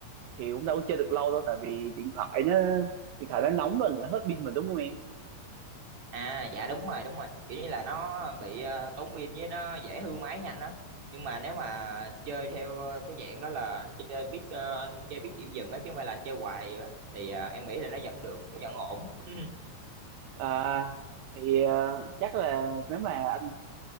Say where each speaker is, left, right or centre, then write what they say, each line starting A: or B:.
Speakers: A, on the right; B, on the right.
A: thì cũng đâu có chơi được lâu đâu tại vì điện thoại nó điện thoại nó nóng lên là nó hết pin mà đúng không em
B: À dạ đúng rồi đúng rồi kiểu như là nó bị ờ, tốn pin với nó dễ hư máy nhanh đó nhưng mà nếu mà chơi theo ờ, cái dạng đó là anh chơi biết ờ, anh chơi biết điểm dừng á chứ không phải là anh chơi hoài vậy đó. thì ờ, em nghĩ là nó vẫn được nó vẫn ổn <laughs>
A: à thì ờ, chắc là nếu mà anh